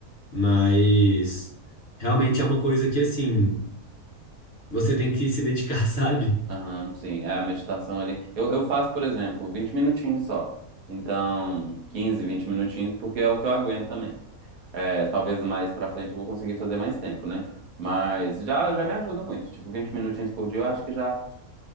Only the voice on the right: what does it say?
Aham, sim, é a meditação ali. Eu, eu faço, por exemplo, 20 minutinhos só. Então, 15 20 minutinhos, porque é o que eu aguento também. É, talvez mais pra frente eu vou conseguir fazer mais tempo, né? Mas já, já me ajuda muito. Tipo, 20 minutinhos por dia eu acho que já